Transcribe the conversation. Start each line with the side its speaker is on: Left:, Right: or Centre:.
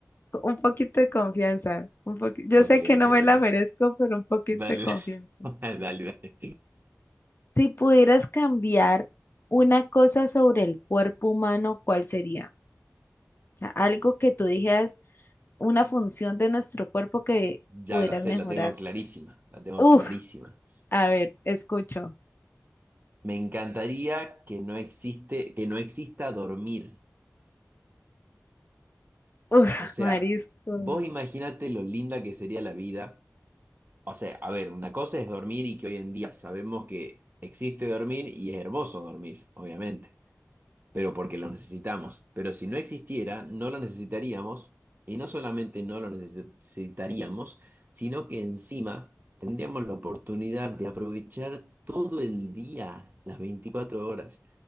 Left: co- un poquito de confianza. Un poqui- Yo
Right: Ok,
Left: sé que
Right: ok,
Left: no me la
Right: ok.
Left: merezco, pero un poquito
Right: Dale,
Left: de confianza.
Right: <laughs> dale, dale.
Left: Si pudieras cambiar una cosa sobre el cuerpo humano, ¿cuál sería? O sea, algo que tú dijeras, una función de nuestro cuerpo que
Right: Ya
Left: pudieras
Right: la sé,
Left: mejorar.
Right: la tengo clarísima, la tengo
Left: Uf,
Right: clarísima.
Left: a ver, escucho.
Right: Me encantaría que no existe, que no exista dormir.
Left: Uf,
Right: O sea,
Left: mariscos.
Right: vos imaginate lo linda que sería la vida. O sea, a ver, una cosa es dormir y que hoy en día sabemos que existe dormir y es hermoso dormir, obviamente, pero porque lo necesitamos. Pero si no existiera, no lo necesitaríamos y no solamente no lo necesi- necesitaríamos, sino que encima tendríamos la oportunidad de aprovechar todo el día, las 24 horas,